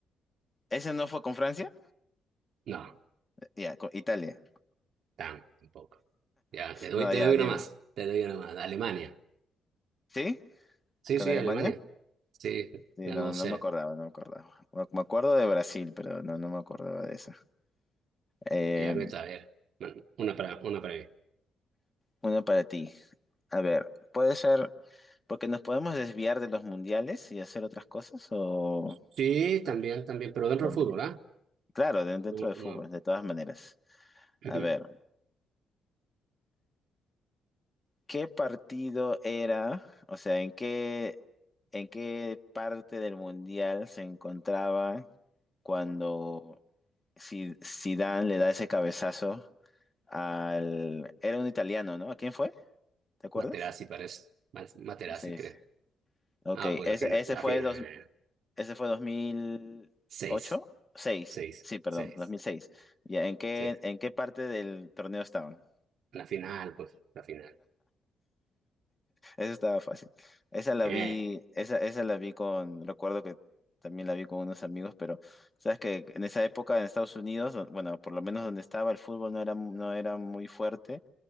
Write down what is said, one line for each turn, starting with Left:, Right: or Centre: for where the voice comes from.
Left: ¿ese no fue con Francia?
Right: No,
Left: Ya, con Italia.
Right: tan, tampoco. Ya, te doy,
Left: No,
Right: te
Left: ya,
Right: doy
Left: dime.
Right: una más. Te doy una más. Alemania.
Left: ¿Sí?
Right: Sí,
Left: ¿Con
Right: sí,
Left: Alemania?
Right: Alemania. Sí,
Left: Sí,
Right: ganó
Left: no, no
Right: cero.
Left: me acordaba, no me acordaba. Me me acuerdo de Brasil, pero no, no me acordaba de eso. Eh,
Right: Ya me está, a ver. Bueno, una para, una para mí.
Left: una para ti. A ver, puede ser, porque nos podemos desviar de los mundiales y hacer otras cosas, o
Right: Sí, también, también, pero dentro
Left: también.
Right: del fútbol, ¿ah?
Left: Claro, de- dentro
Right: No,
Left: de fútbol,
Right: no.
Left: de todas maneras.
Right: <clears throat>
Left: A
Right: Ujú.
Left: ver. ¿Qué partido era? O sea, ¿en qué, en qué parte del mundial se encontraba cuando Si- Zidane le da ese cabezazo al... Era un italiano, ¿no? ¿A quién fue? ¿Te acuerdas?
Right: Materazzi parece. Ma- Materazzi,
Left: Sí.
Right: creo.
Left: sí. Ok,
Right: Ah, pues
Left: ese,
Right: la final,
Left: ese
Right: la
Left: fue
Right: final.
Left: dos, ese fue dos mil
Right: Seis,
Left: ocho seis.
Right: seis,
Left: sí, perdón,
Right: seis.
Left: dos mil seis. Ya, ¿en qué,
Right: Sí,
Left: en qué parte del torneo estaban?
Right: la final, pues, la final.
Left: Esa estaba fácil. Esa la
Right: Eh,
Left: vi, esa, esa la vi con, recuerdo que también la vi con unos amigos, pero sabes que en esa época en Estados Unidos, do- bueno, por lo menos donde estaba el fútbol no era, no era muy fuerte,